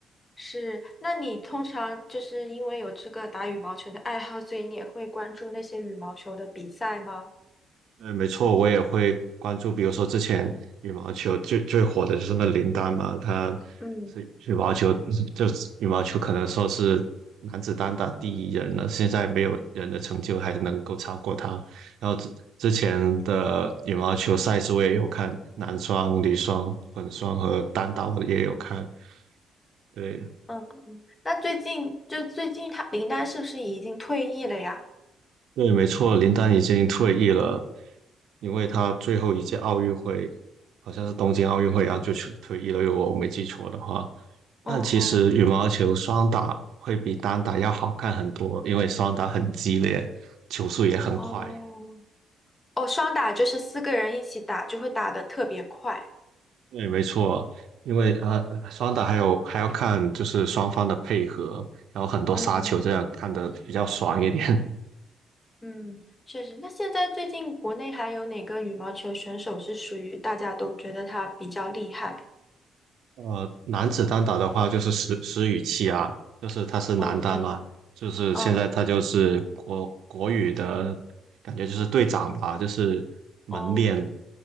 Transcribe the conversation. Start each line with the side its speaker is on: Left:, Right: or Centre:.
Left: 是，那你通常就是因为有这个打羽毛球的爱好，所以你也会关注那些羽毛球的比赛吗？
Right: 对，没错，我也会关注，比如说之前羽毛球最最火的就是那林丹嘛，他
Left: 嗯
Right: 是羽毛球，就是羽毛球可能说是男子单打第一人了，现在没有人的成就还能够超过他。然后之之前的羽毛球赛事我也有看，男双、女双、混双和单打我也有看。对
Left: 嗯，那最近就最近他林丹是不是已经退役了呀？
Right: 对，没错，林丹已经退役了。因为他最后一届奥运会
Left: 嗯
Right: 好像是东京奥运会啊，然后就去退役了，如果我没记错的话。但其实羽毛球双打会比单打要好看很多，
Left: 嗯嗯，
Right: 因为双打很激烈，球速也很快。
Left: 哦哦，双打就是四个人一起打，就会打得特别快。
Right: 对，没错，因为呃，双打还有还要看就是双方的配合，然后很多杀球，
Left: 嗯。
Right: 这样看得比较爽一点。
Left: 嗯，确实。那现在最近国内还有哪个羽毛球选手是属于大家都觉得他比较厉害？
Right: 呃，男子单打的话就是石石宇奇啊，就是他是男单嘛，
Left: 哦哦
Right: 就是现在他就是国国羽的感觉就是队长吧，
Left: 哦
Right: 就是门面。
Left: 哦